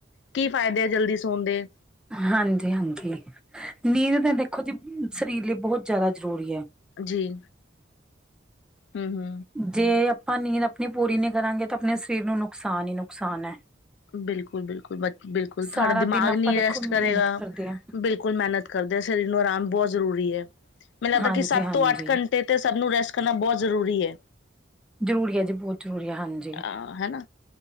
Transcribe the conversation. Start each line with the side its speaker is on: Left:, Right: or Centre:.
Left: ਕੀ ਫਾਇਦੇ ਆ, ਜਲਦੀ ਸੌਣ ਦੇ?
Centre: ਹਾਂਜੀ-ਹਾਂਜੀ, ਨੀਂਦ ਤਾਂ ਦੇਖੋ ਜੀ, ਬ ਸਰੀਰ ਲਈ ਬਹੁਤ ਜ਼ਿਆਦਾ ਜ਼ਰੂਰੀ ਐ।
Left: ਜੀ। ਹੂੰ-ਹੂੰ।
Centre: ਜੇ ਆਪਾਂ ਨੀਂਦ ਆਪਣੀ ਪੂਰੀ ਨਹੀਂ ਕਰਾਂਗੇ, ਤਾਂ ਆਪਣੇ ਸਰੀਰ ਨੂੰ ਨੁਕਸਾਨ ਹੀ, ਨੁਕਸਾਨ ਐ।
Left: ਬਿਲਕੁਲ-ਬਿਲਕੁਲ ਬ ਬਿਲਕੁਲ, ਥਹਾਡਾ
Centre: ਸਾਰਾ
Left: ਦਿਮਾਗ
Centre: ਦਿਨ ਆਪਾਂ
Left: ਨੀ
Centre: ਦੇਖੋ
Left: ਰੈਸਟ
Centre: ਮਿਹਨਤ
Left: ਕਰੇਗਾ।
Centre: ਕਰਦੇ ਹਾਂ,
Left: ਬਿਲਕੁਲ ਮਿਹਨਤ ਕਰਦੇ ਆ, ਸਰੀਰ ਨੂੰ ਆਰਾਮ ਬਹੁਤ ਜ਼ਰੂਰੀ ਐ। ਮੈਨੂੰ ਲੱਗਦਾ
Centre: ਹਾਂਜੀ-ਹਾਂਜੀ।
Left: ਕਿ ਸੱਤ ਤੋਂ ਅੱਠ ਘੰਟ ਤੇ ਤੇ, ਸਭ ਨੂੰ ਰੈਸਟ ਕਰਨਾ ਬਹੁਤ ਜ਼ਰੂਰੀ ਐ।
Centre: ਜ਼ਰੂਰੀ ਆ ਜੀ, ਬਹੁਤ ਜ਼ਰੂਰੀ ਆ, ਹਾਂਜੀ।
Left: ਆ ਹੈਨਾ।